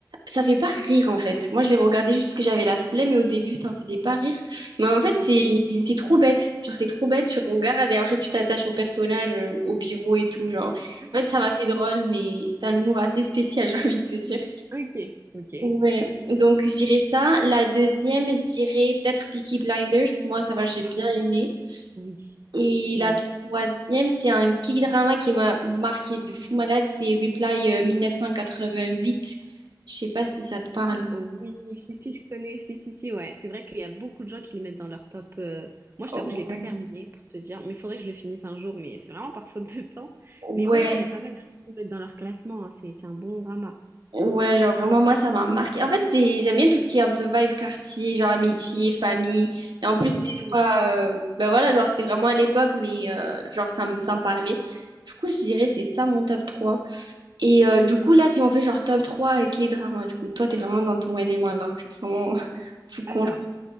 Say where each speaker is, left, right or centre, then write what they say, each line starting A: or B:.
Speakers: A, on the right; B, on the right.
A: ça fait pas rire, en fait. Moi, je l'ai regardé juste parce que j'avais la flemme et au début, ça me faisait pas rire. Mais en fait, c'est,
B: Ok.
A: c'est trop bête. Genre, c'est trop bête. Tu regardes et après, tu t'attaches au personnage, euh, au bureau et tout. Genre,
B: D'accord.
A: en fait, ça va, c'est drôle, mais c'est un humour assez spécial, <laughs> j'ai envie de te dire.
B: Ok, ok.
A: Ouais. Donc, je dirais ça. La deuxième, je dirais peut-être Peaky Blinders. Moi, ça va, j'ai bien
B: Ah,
A: aimé.
B: oui.
A: Et la
B: Mm.
A: troisième, c'est un K-drama qui m'a marqué de fou malade, c'est Reply euh, 1988. Je sais pas si ça te parle.
B: Oui, si, si, je connais, si, si, si, ouais. C'est vrai qu'il y a beaucoup de gens qui les mettent dans leur top. euh, Moi, je
A: Ouais.
B: t'avoue, je l'ai pas terminé pour te dire, mais il faudrait que je le finisse un jour, mais c'est vraiment par faute de temps.
A: Ouais,
B: Mais ouais, ouais, il y a pas mal de gens qui le mettent dans leur classement, hein, C'est, c'est un bon drama.
A: ouais, genre vraiment, moi, ça m'a marqué. En fait, c'est, j'aime bien tout ce qui est un peu vibe quartier, genre amitié, famille. Et en
B: Oui.
A: plus, je crois, euh, ben voilà, genre, c'était vraiment à l'époque, mais euh, genre, ça me, ça me parlait. Du coup, je dirais, c'est ça mon top 3. Et euh, du coup, là, si on fait genre top 3 et K-drama, du coup, toi, t'es vraiment dans ton élément là. Genre, vraiment, <laughs> faut qu'on.
B: Alors,